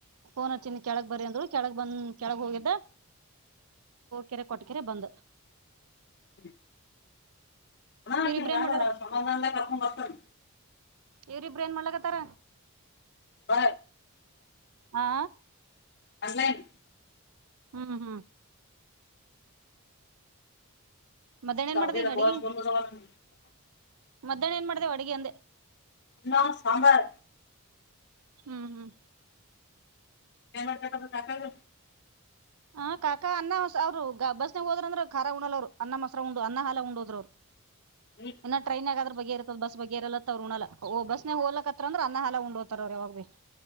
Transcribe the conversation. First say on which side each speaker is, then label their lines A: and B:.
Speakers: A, on the right; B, on the left.
A: ಹೋನ ಚಿನ್ ಕೆಳಗ್ ಬರಿ ಅಂದರು ಕೆಳಗ್ ಬಂದ ಕೆಳಗ್ ಹೋಗಿದ್ದ ಕೆರೆ ಕೊಟ್ಟಕಿರ ಬಂದ
B: ಹ್ಮ ಹ
A: ಇವ್ರಿಬ್ರ
B: ಸುಮ್ಮಂದಾನಲ್ಲ
A: ಏನ್ ಮಾಡ್ಲಕ
B: ಕರ್ಪ ಬಸನೆ
A: ಇವ್ರಿ ಬ್ರೇನ್ ಮಾಡಲಕತಾರ
B: ಹ
A: ಹಾ
B: ಅನ್ಲೈನ್
A: ಹ್ಮ್ ಹ್ಮ್ ಮಧ್ಯಾಹ್ನ ಏನ್
B: ತಭ್ಯ
A: ಮಾಡ್ದಿ ಅಡ್ಗಿ
B: ಬಹ ಗಂದು
A: ಮಧ್ಯಾಹ್ನ ಏನ್ ಮಾಡ್ದೇವ ಅಡಗೆ ಅಂದ
B: ನಾ ಸಾಂಬಾರ
A: ಹ್ಮ್ ಹ್ಮ್
B: ಏನ ಕ ತಾಕಾಗ
A: ಹ ಕಾಕಾ ಅನ್ನ ಅವರು ಬಸ್ನಾಗ ಹೋದ್ರ ಅಂದ್ರ ಖ ಉಲ್ ಅವ್ರು ಅನ್ನ ಮಸರ ಉಂಡ್ ಅನ್ನ ಹಾಲಾ ಉಂಡ ಹೋದ್ರು ಅವರು
B: ನೀ
A: ಇನ್ನ ಟ್ರೈನ್ ಆಗಾದ್ರ ಬಗ್ಗೆ ಇರತದ ಬಸ್ ಬಗ್ಗೆ ಇರಲ್ಲತ್ತ ಅವ್ರು ಉಣಲ್ಲ ಓ ಬಸ್ನಾಗ ಹೋಗ್ಲಕತ್ರ ಅಂದ್ರ ಅನ್ನ ಹಾಲ ಉಂಡ್ ಹ್ತಾರ ಅವ್ರೆ ಹೋಗ್.